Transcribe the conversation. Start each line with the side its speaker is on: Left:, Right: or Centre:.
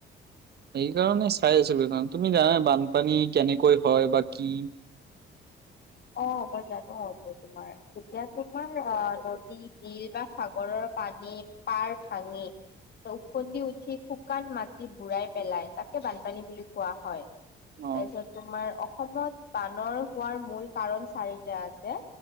Right: সেইকাৰণে চাই আছিলো এইখন - তুমি জানা বানপানী কেনেকৈ হয় বা কি -
Left: অ মই জানো আৰু তোমাৰ যেতিয়া তোমাৰ অ নদী, বিল বা সাগৰৰ - পানী পাৰ ভাঙি - উঠি শুকান মাটি বুঢ়াই পেলাই তাকে বানপানী বুলি কোৱা হয়।
Right: অ
Left: তাৰপিছত তোমাৰ অসমত বানৰ হোৱাৰ মূল কাৰণ চাৰিটা আছে।